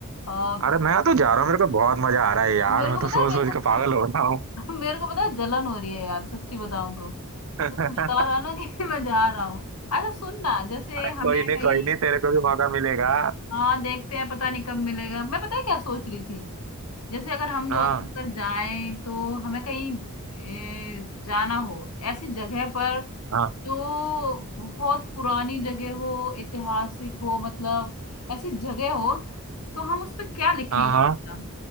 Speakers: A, on the left; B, on the right.
A: आ,
B: अरे मैं तो जा रहा हूँ मेरे को बहुत मजा आ रहा है यार
A: मेरे
B: मैं
A: को
B: तो
A: पता
B: सोच
A: है मेरे
B: सोच
A: को
B: के पागल हो रहा हूँ
A: <laughs> मेरे को पता है जलन हो रही है यार सच्ची बताऊं तो
B: <laughs>
A: तू तो बता रहा है ना कि <laughs> मैं जा रहा हूँ अच्छा सुन ना जैसे
B: अरे
A: हमें
B: कोई नहीं
A: कहीं
B: कोई नहीं तेरे को भी मौका मिलेगा
A: हाँ देखते हैं पता नहीं कब मिलेगा मैं पता है क्या सोच रही थी जैसे अगर हम
B: हाँ
A: दोनों अगर जाएं तो हमें कहीं ए, जाना हो ऐसी जगह पर
B: हाँ
A: जो बहुत पुरानी जगह हो ऐतिहासिक हो मतलब ऐसी जगह हो तो हम उस पे क्या लिखेंगे
B: हाँ हाँ
A: ऐसा?